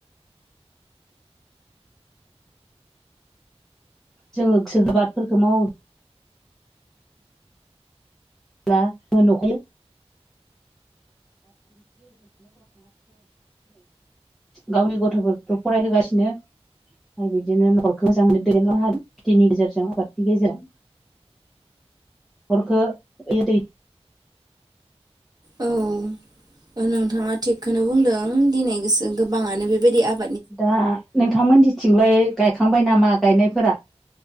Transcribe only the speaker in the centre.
जोङो <unintelligible> बादफोरखौ मावो <unintelligible> नखायो <unintelligible> गावनि गथ'फोरखौ फरायहोगासिनो आरो बिदिनो न'खरखौ मोजाङैनो दैदेनलाङो आरो खेथिनि गेजेरजों आबादनि गेजेरजों हरखो दै
दा नोंथांमोननिथिंलाय गायखांबाय नामा गायनायफोरा